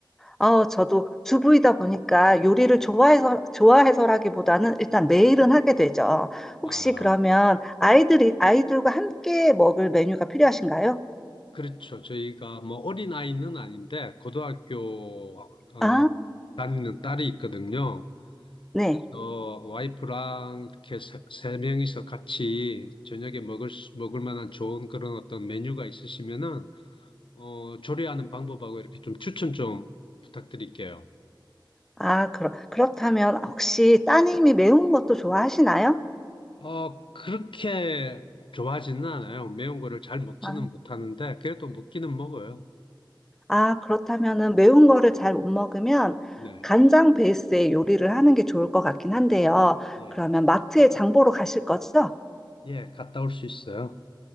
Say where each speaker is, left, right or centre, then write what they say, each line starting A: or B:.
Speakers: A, in the centre; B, on the left (about 75°).
A: 어, 저도 주부이다 보니까 요리를 좋아해서, 좋아해서라기보다는 일단 매일은 하게 되죠. 혹시
B: 아,
A: 그러면 아이들이,
B: 예.
A: 아이들과 함께 먹을 메뉴가 필요하신가요?
B: 그렇죠. 저희가 뭐 어린아이는 아닌데 고등학교 어,
A: 아,
B: 다니는 딸이 있거든요.
A: 네.
B: 그래서 와이프랑 이렇게 세, 세 명이서 같이 저녁에 먹을 수- 먹을 만한 좋은 그런 어떤 메뉴가 있으시면은 어, 조리하는 방법하고 이렇게 좀 추천 좀 부탁드릴게요.
A: 아, 그렇, 그렇다면 혹시 따님이 매운 것도 좋아하시나요?
B: 어, 그렇게 좋아하지는 않아요. 매운 거를 잘 먹지는
A: 아,
B: 못하는데 그래도 먹기는 먹어요.
A: 아, 그렇다면은 매운 거를 잘 못 먹으면
B: 네.
A: 간장 베이스의 요리를 하는 게 좋을 것 같긴 한데요.
B: 예.
A: 그러면 마트에 장 보러 가실 거죠?
B: 예, 갔다 올 수 있어요.